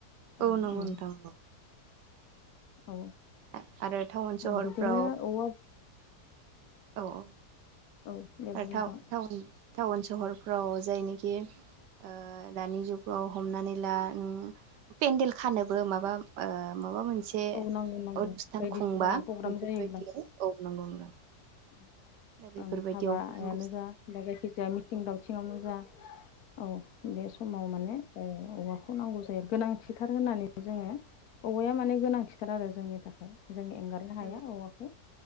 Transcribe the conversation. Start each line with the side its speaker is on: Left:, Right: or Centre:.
Left: उम
Right: औ नंगौ
Left: उम
Right: नोंथांं नंगौ
Left: औ
Right: आरो टाउन सहरफ्राव
Left: बिदिनो औवा
Right: औ औ
Left: औ दे
Right: आरो
Left: बुं नोंथां
Right: टाउन सहरफ्राव हजायनोखि ओ दानि जुगाव हमनानै ला पेनदल खानोबो माबा माबा मोनसे एसे
Left: औ नांगौ नांगौ
Right: अनुस्थान
Left: बायदिसिना
Right: खुंबा
Left: प्रग्राम
Right: बेफोरबायदि
Left: जायोब्ला
Right: औ नंगौ नोंथां
Left: ओं
Right: दा बेफोरबायदियावबो
Left: हाबायानो
Right: नांगौ जायो
Left: जा बा जायखि जाया मिथिं
Right: औ
Left: दावथिंयावनो जा औ बे समाव माने ओ औवाखौ नांगौ जायो। गोनांथिथार होननानै जोङो औवाया माने गोनां थिथार आरो जोंनि थाखाय। जों एंगारनो हाया
Right: नंगौ नोंथां
Left: औवाखौ